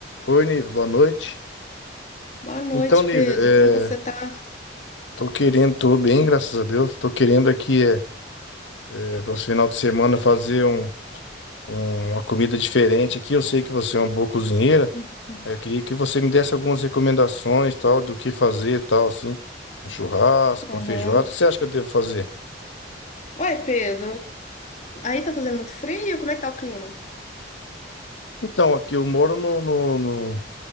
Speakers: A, on the left (about 75°); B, on the left (about 40°).
A: Oi, Nive, boa noite.
B: Boa noite,
A: Então, Nive,
B: Pedro.
A: é,
B: Como você tá? <laughs>
A: tô querendo, tô bem, graças a Deus. Tô querendo aqui, é, é, para esse final de semana, fazer um, um- uma comida diferente aqui. Eu sei que você é uma boa cozinheira.
B: Uhum.
A: Aí Eu queria que você me desse algumas recomendações, tal, do que fazer, tal, assim. Um churrasco,
B: Aham.
A: uma feijoada. O que você acha que eu devo fazer?
B: Uai, Pedro, aí tá fazendo muito frio? Como é que tá o clima?
A: Então, aqui eu moro no, no, no-